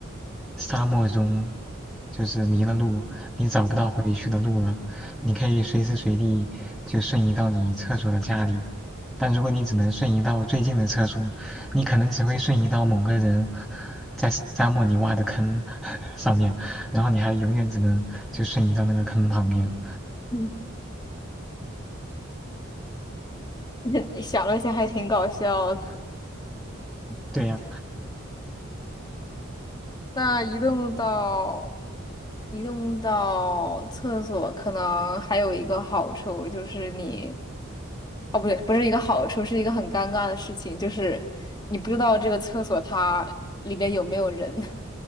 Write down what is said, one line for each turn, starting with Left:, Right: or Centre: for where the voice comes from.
Centre: 沙漠中，就是迷了路，你找不到回去的路了，你可以随时随地就瞬移到你厕所的家里。但如果你只能瞬移到最近的厕所，你可能只会瞬移到某个人在沙漠里挖的坑 <laughs> 上面，然后你还永远只能就瞬移到那个坑旁边。
Left: 嗯，<laughs> 想了一下，还挺搞笑的。
Centre: 对呀、
Left: 那移动到移动到厕所，可能还有一个好处就是你，哦，不对，不是一个好处，是一个很尴尬的事情，就是你不知道这个厕所它里面有没有人。<laughs>